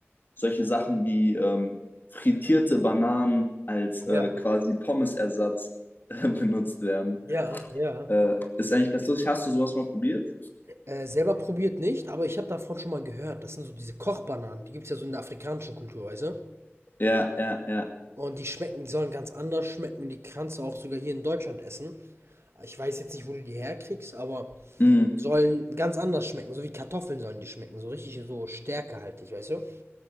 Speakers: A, on the left; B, on the right.
A: solche Sachen wie ähm, frittierte Bananen als äh,
B: Ja,
A: quasi Pommesersatz äh, <laughs> benutzt werden.
B: ja, ja.
A: Äh, ist eigentlich ganz lustig. Hast du sowas mal probiert?
B: Äh, selber probiert nicht, aber ich habe davon schon mal gehört. Das sind so diese Kochbananen. Die gibt es ja so in der afrikanischen Kultur, weißt du?
A: Ja, ja, ja.
B: Und die schmecken, die sollen ganz anders schmecken. Die kannst du auch sogar hier in Deutschland essen. Ich weiß jetzt nicht, wo du die herkriegst, aber
A: Mm,
B: sollen ganz anders schmecken. So wie Kartoffeln sollen die schmecken. So richtig so stärkehaltig, weißt du?